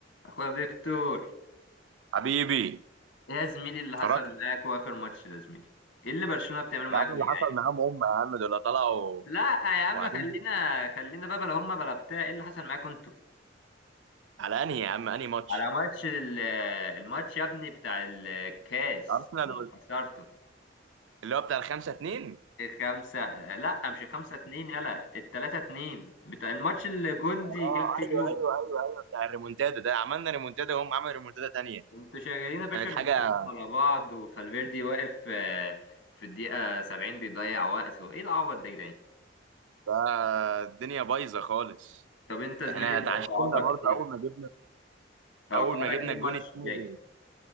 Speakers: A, on the left; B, on the right.
A: اخويا فيكتور
B: حبيبي
A: ايه يا زميلي اللي حصل
B: اتفرجت
A: معاكوا اخر ماتش ده يا زميلي ايه اللي برشلونة بتعمله معاكوا
B: يا عم
A: ده
B: اللي
A: يا جدعان
B: حصل معاهم هم يا عم دول طلعوا
A: لا يا عم
B: وقاعدين
A: خلينا
B: بي-
A: خلينا بقى بلا هما بلا بتاع ايه اللي حصل معاكوا انتوا
B: على انهي يا عم انهي ماتش
A: على ماتش ال- الماتش يا ابني بتاع الكاس
B: ارسنال
A: لما
B: وال-
A: خسرتوا
B: اللي هو بتاع الخمسة اتنين
A: خمسة لا مش خمسة اتنين يلا التلاتة اتنين بتاع الماتش اللي جوندي
B: اه
A: جاب فيه
B: ايوه
A: جون
B: ايوه ايوه ايوه بتاع الريمونتادا ده عملنا ريمونتادا وهم عملوا ريمونتادا تانية
A: انتوا شغالين يا باشا
B: كانت
A: ريمونتادات
B: حاجة
A: على بعض وفالفيردي واقف آه، في الدقيقة سبعين بيضيع وقت وايه العبط ده يا جدعان
B: آه، الدنيا بايظة خالص
A: طب انت يا زميلي
B: احنا
A: توقعاتك
B: اتعشمنا برضه
A: ايه
B: اول ما جبنا
A: توقعاتك
B: اول ما جبنا
A: ايه الماتش
B: الجون التاني
A: الجاي